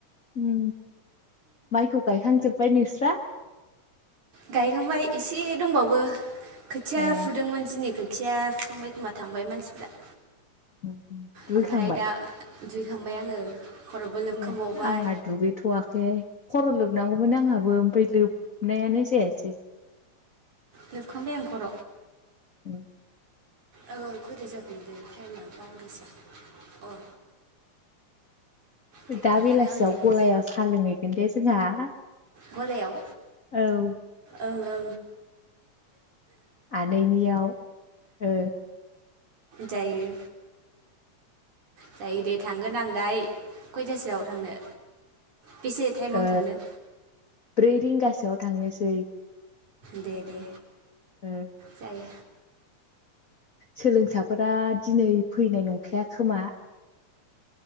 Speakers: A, on the left (about 35°); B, on the right (about 70°).
A: उम माइखौ गायखांजोब्बाय नोंस्रा?
B: गायखांबाय एसे दंबावो खोथिया
A: ए
B: फुदोंमोन दिनि खो खोथिया फुखांबायखोमा थांबाय मानसिफ्रा।
A: ओम दुगैखांबाय?
B: ओमफ्राय दा दुगैखांबाय आङो। खर'बो लोबखांबावबाय
A: ए आंहा दुगैथ'वाखैहाय खर' लोबनांगौमोन आंहाबो। बेलिब नायानो जायासै।
B: लोबखांबाय आं खर।
A: औ।
B: औ औ खयथा जाखो मोनथाय टाइमआ बावदोसो अ। देखायखादों
A: दा बेलासियाव
B: आं देखाय
A: गलायाव साहा लोंहैगोन दे जोंहा।
B: गलायाव
A: औ
B: औ औ।
A: आदैनियावहाय औ।
B: जायो। जायो दे थांगोन आं दाय खयथासोआव थांनो। बेसे टाइमाव
A: ओ
B: थांनो?
A: ब्रै रिंगासोआव थांनोसै।
B: दे दे।
A: <inaudible>
B: जायो
A: सोलोंसाफोरा दिनै फैनाय नंखाया खोमा?